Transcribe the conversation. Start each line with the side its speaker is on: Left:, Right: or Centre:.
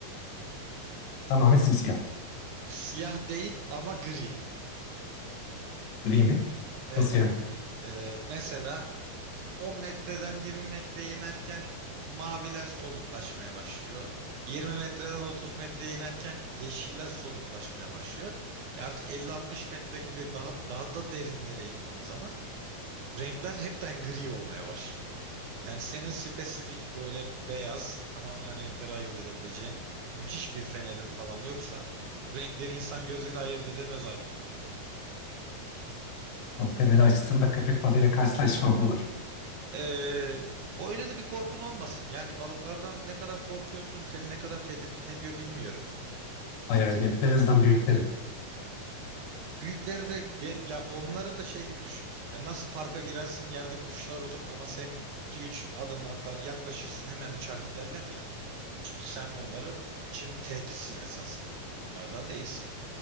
Left: Tamamen simsiyah.
Right: Siyah değil ama gri.
Left: Gri mi?
Right: Evet.
Left: Nasıl yani?
Right: Ee, mesela 10 metreden 20 metreye inerken maviler soluklaşmaya başlıyor. 20 metreden 30 metreye inerken yeşiller soluklaşmaya başlıyor. E artık 50-60 metre gibi daha daha da derinlere indiğin zaman renkler hepten gri olmaya başlıyor. Yani senin spesifik böyle beyaz tamamen renkleri ayırt edebileceğin müthiş bir fenerin falan yoksa bu renkleri insan gözüyle ayırt edemez hale geliyorsun.
Left: O feneri açtığımda köpek balığıyla karşılaşmam umarım.
Right: Ee, öyle de bir korkun olmasın. Yani balıklardan ne kadar korkuyorsun, seni ne kadar tedirgin ediyor bilmiyorum.
Left: Bayağı iyi. Perez'den büyüklerim.
Right: Büyükleri de ge- ya onları da şey gibi düşün. Ya nasıl parka girersin yerde kuşlar olur ama sen iki üç adım atar yaklaşırsın hemen uçar giderler ya. Çünkü sen onları için bir tehditsin esasın. Onlardan değilsin.